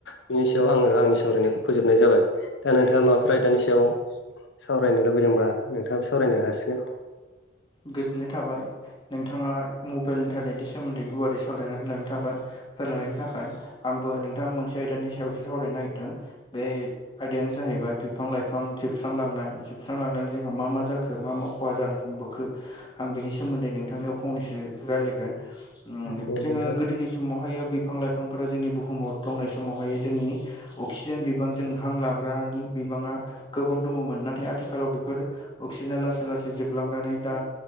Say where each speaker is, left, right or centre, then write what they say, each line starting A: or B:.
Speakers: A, on the left; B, on the left.
A: बिनि सायाव आङो आंनि सावरायनायखौ फोजोबनाय जाबाय। दा नोंथाङा माबाफोर आयदानि सायाव सावरायनो लुबैदोंबा नोंथाङाबो सावरायनो हासिगोन।
B: गोजोननाय थाबाय नोंथाङा मबाइल इन्टारनेटनि सोमोन्दै गुवारै सावरायनानै होलांनो थाबाय। होलांनायनि थाखाय आंबो नोंथां मोनसे आयदानि सायावसो सावरायनो नागिरदों बे आयदायानो जाहैबाय बिफां लाइफां जोबस्रांलांनाय जोबस्रांलांनानै जोंहा मा मा जाखो मा मा खहा जानो हमबो खो आं बिनि सोमोन्दै नोंथांनि फंनैसो रालायगोन
A: दे
B: जोङो
A: नोंथां
B: गोदोनि समावहायो बिफां लाइफांफोरा जोंनि बुहुमाव दंनाय समावहाय जोंनि अक्सिजेन बिबांजों हां लाग्रानि बिबाङा गोबां दङमोन नाथाय आथिखालाव बेफोर अक्सिजेना लासै लासै जोबलांनानै दा